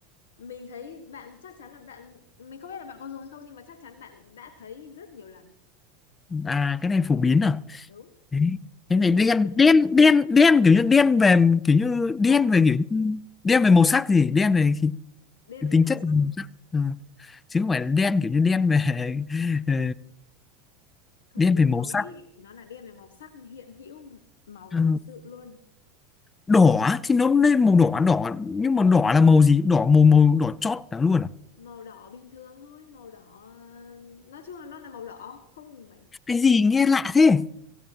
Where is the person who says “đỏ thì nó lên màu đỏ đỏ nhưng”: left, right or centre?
Left